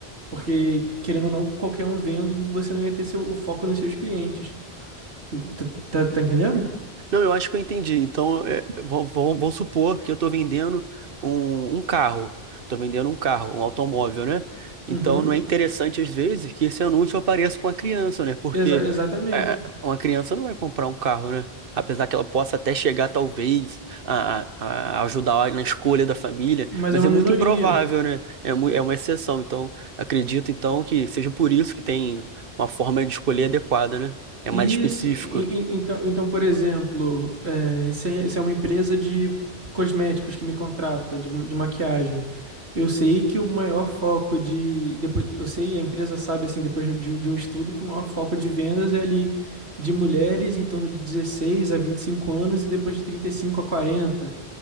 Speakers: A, on the right; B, on the right.
A: Porque, querendo ou não, qualquer um vendo, você não ia ter seu, o foco nos seus clientes. Eu- Tá, tá- tá entendendo?
B: Não, eu acho que eu entendi. Então, é, vamos vamos- vamos supor que eu estou vendendo um, um carro. Estou vendendo um carro, um automóvel, né?
A: Uhum.
B: Então, não é interessante, às vezes, que esse anúncio apareça com uma criança, né? Porque
A: Exa- exatamente.
B: é, uma criança não vai comprar um carro, né? Apesar que ela possa até chegar, talvez, a, a a ajudar na escolha da família,
A: Mas
B: mas
A: é uma
B: é
A: minoria.
B: muito improvável, né? É, mu- é uma exceção. Então, acredito, então, que seja por isso que tem uma forma de escolher adequada, né? É
A: Isso.
B: mais específico.
A: e- e- Então, então, por exemplo, é, se é se é uma empresa de cosméticos que me contrata, de, ma- de maquiagem, eu sei que o maior foco de. Depois, eu sei, a empresa sabe, assim, depois de, de um estudo, que o maior foco de vendas é ali de mulheres em torno de 16 a 25 anos e depois de 35 a 40.